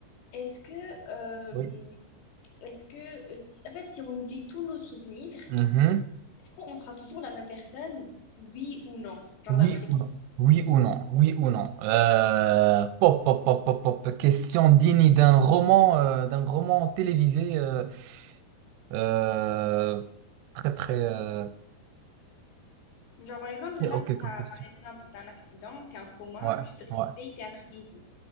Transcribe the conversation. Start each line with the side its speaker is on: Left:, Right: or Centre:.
Left: est-ce que, euh,
Right: Oui.
Left: est-ce que, euh, si- en fait, si on oublie tous nos souvenirs,
Right: Mhm.
Left: est-ce qu'on sera toujours la même personne, oui ou non, genre
Right: Oui
Left: d'après toi?
Right: ou non? Oui ou non? Oui ou non? Euh, pop, pop, pop, pop, pop. Question digne d'un roman, euh, d'un roman télévisé. euh, euh, très, très... euh,
Left: Genre, par exemple,
Right: très
Left: là,
Right: ok comme
Left: t'as,
Right: question.
Left: par exemple, t'as un accident, t'es en coma,
Right: Ouais,
Left: tu te réveilles,
Right: ouais,
Left: t'es en amnésie.